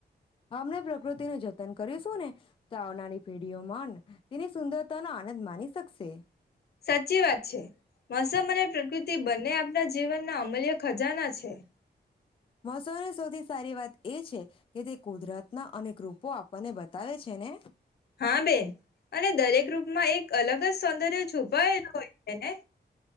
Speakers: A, on the left; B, on the left.
A: અમને પ્રકૃતિને જ તન કરીશું ને તો આવનારી પેઢી <unintelligible> તેની સુંદરતા નો આનંદ માની શકશે.
B: સાચી વાત છે મોસમ અને પ્રકૃ ટી બંને આપણા જીવનના અમલ્ય ખજાના છે.
A: મોસમની સૌથી સારી વાત. એ છે કે તે કુદરત ના અનેક રૂપો આપણને બતાવે છે ને
B: હા બેન અને દરેક રૂપમાં એક અલગ જ સૌંદર્ય છુપાયેલું હોય છે ને